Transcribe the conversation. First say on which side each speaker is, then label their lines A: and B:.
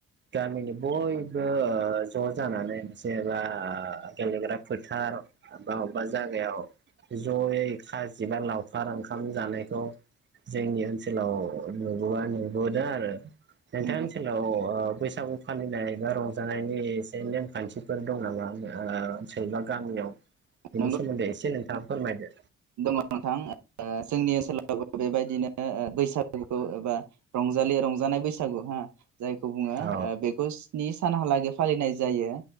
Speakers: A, on the right (about 35°); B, on the right (about 65°).
A: गामिनि बयबो ओ ज' जानानै मोनसेबा गेलेग्रा फोथार बा अबेबा जागायाव जयै खाजि बा लावखार ओंखाम जानायखौ जोंनि ओनसोलाव नुबोबा नुबोदों आरो नोंथांनि
B: नंगौ
A: ओनसोलाव बैसागु फालिनाय बा रंजानायनि एसे नेमखान्थिफोर दं नामा ओनसोल बा गामियाव बेनि
B: नंगौ
A: सोमोन्दै एसे नोंथाङा फोरमायदो।
B: दङ नोंथां ओ जोंनि ओनसोलावबो बेबायदिनो बैसागुखौ एबा रंजालि रंजानाय बैसागु हो जायखौ बुङो
A: औ
B: आ बेखौ नि सानहालागै फालिनाय जायो।